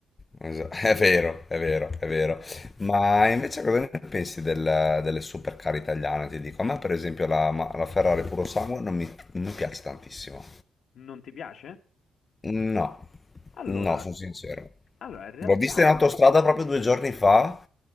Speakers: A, on the left; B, on the left.
A: Esa- È vero, è vero, è vero.
B: Cioè,
A: Ma invece cosa ne pensi del- delle supercar italiane? Ti dico, a me per esempio la, ma- la Ferrari puro sangue non mi, non mi piace tantissimo.
B: non ti piace?
A: No,
B: Allora,
A: no, sono sincero.
B: allora, in realtà,
A: L'ho vista in autostrada proprio due giorni fa